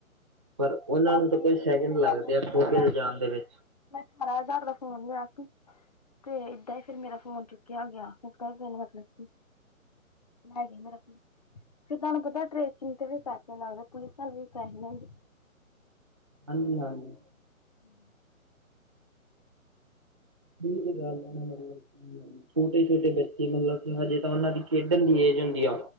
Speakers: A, on the right (about 20°); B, on the left (about 30°).
A: ਪਰ ਉਹਨਾਂ
B: ਮੈਂ
A: ਨੂੰ ਤਾਂ
B: ਬੜੀ
A: ਕੁਝ
B: ਮਿਹਨਤ
A: ਸੈਕਿੰਡ
B: ਨਾਲ ਮੈਂ
A: ਲੱਗਦੇ
B: ਆਪਣਾ ਫੋਨ
A: ਆ ਖੋ
B: ਲਿਆ
A: ਕੇ ਲਿਜਾਣ
B: ਸੀ
A: ਦੇ ਵਿੱਚ
B: ਮੈਂ ਅਠਾਰਾਂ ਹਜ਼ਾਰ ਦਾ ਫੋਨ ਲਿਆ ਸੀ। ਤੇ ਏਦਾਂ ਹੀ ਫੇਿਰ ਮੇਰਾ ਫੋਨ ਚੁੱਕਿਆ ਗਿਆ ਇੱਦਾਂ ਹੀ ਦਿਨ ਮਤਲਬ ਸੀ। ਲੈ ਗ ਮੇਰਾ ਫਰ ਤੁਹਾਨੂੰ ਪਤਾ ਟਰੇਸਿੰਗ ਤੇ ਵੀ ਪੈਸੇ ਲੱਗਦੇ ਪੁਲਿਸ ਨਾਲ ਵੀ ਪੈਸੇ ਹੁੰਦੇ।
A: ਹਾਂਜੀ ਹਾਂਜੀ।
B: ਹਮ
A: ਗੱਲ ਹੈ ਨਾ ਮਤਲਬ ਛੋਟੇ ਛੋਟੇ ਬੱਚੇ ਮਤਲਬ ਹਜੇ ਤਾਂ ਉਹਨਾਂ ਦੀ ਖੇਡਣ ਦੀ ਏਜ ਹੁੰਦੀ ਆ